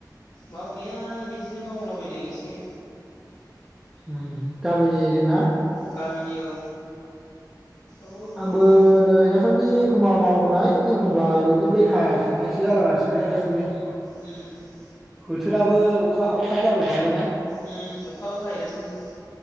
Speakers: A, on the left; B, in the centre.
A: मावनाया बिदिनो मावलाबायद जों एसे
B: ओम गामिनि जोंना?
A: गामिनि औ। औरैजाय
B: आंबो नै दासान्दि एखमबा मावनाय एखमबा ओरैनो बेखार थानायसो जालागासिनो। नै दा सानदि।
A: ओम।
B: बोथोराबो अखा अखा जाबाय थाबायना।
A: उम अखाबो हायो दासान्दि